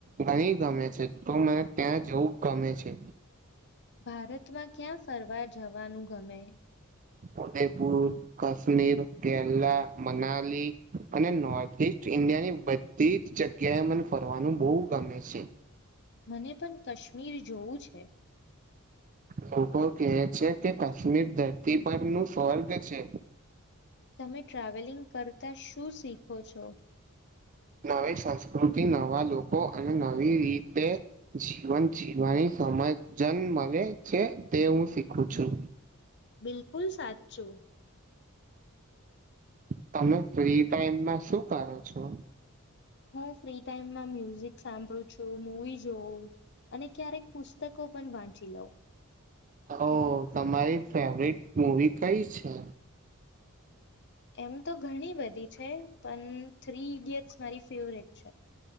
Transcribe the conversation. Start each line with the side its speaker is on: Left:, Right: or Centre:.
Right: ઘણી ગમે છે. તો મને ત્યાં જવું ગમે છે.
Left: ભારતમાં ક્યાં ફરવા જવાનું ગમે?
Right: ઉદયપુર કાશ્મીર કેરલા મનાલી અને નોર્થ ઈસ્ટ ઇન્ડિયાની બધી જ જગ્યાએ મને ફરવાનું બહુ ગમે છે.
Left: મને પણ કાશ્મીર જોવું છે?
Right: લોકો કહે છે કે કાશ્મીર ધરતી પરનું સ્વર્ગ છે.
Left: તમે ટ્રાવેલિંગ કરતાં શું શીખો છો?
Right: નવી સંસ્કૃતિ નવા લોકો અને નવી રીતે જીવન જીવવાની સમજન મળે છે તે હું શીખું છું.
Left: બિલકુલ સાચું.
Right: તમે ફ્રી ટાઈમમાં શું કરો છો?
Left: હું ફ્રી ટાઈમમાં મ્યુઝિક સાંભળું છું મવી જો અને ક્યારેક પુસ્તક પણ વાંચી લવ.
Right: ઓ તમારી ફેવરિટ મૂવી કઈ છે?
Left: એમ તો ઘણી બધી છે પણ થ્રી ઈડિયટ્સ મારી ફેવરેટ છે.